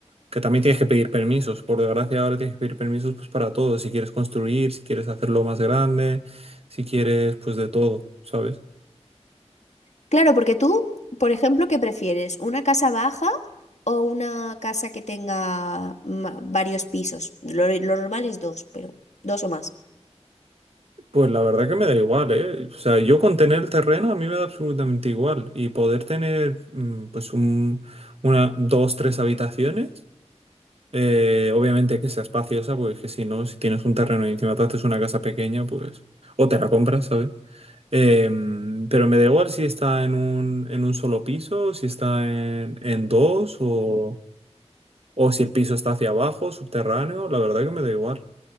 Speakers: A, on the right; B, on the left.
A: que también tienes que pedir permisos. Por desgracia, ahora tienes que pedir permisos pues para todo. Si quieres construir, si quieres hacerlo más grande, si quieres pues de todo, ¿sabes?
B: Claro, porque tú, por ejemplo, ¿qué prefieres? ¿Una casa baja o una casa que tenga ma- varios pisos? Lo, lo normal es dos, pero dos o más.
A: Pues la verdad que me da igual, ¿eh? O sea, yo con tener el terreno a mí me da absolutamente igual. Y poder tener mm, pues un, una, dos, tres habitaciones. Eh, obviamente hay que sea espaciosa, porque es que si no, si tienes un terreno y encima te haces una casa pequeña, pues. O te la compras, ¿sabes? Em, pero me da igual si está en un, en un solo piso, si está en, en dos, o, o si el piso está hacia abajo, subterráneo, la verdad que me da igual.